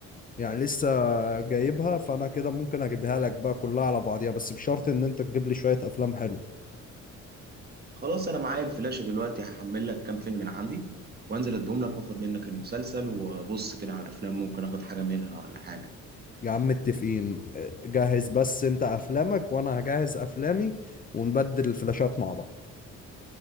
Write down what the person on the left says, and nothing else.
يعني لسه جايبها فأنا كده ممكن أجيبها لك بقى كلها على بعضيها بس بشرط إن أنت تجيب لي شوية أفلام حلوة
يا عم متفقين آه، جهز بس انت افلامك وانا هجهز افلامي ونبدل الفلاشات مع بعض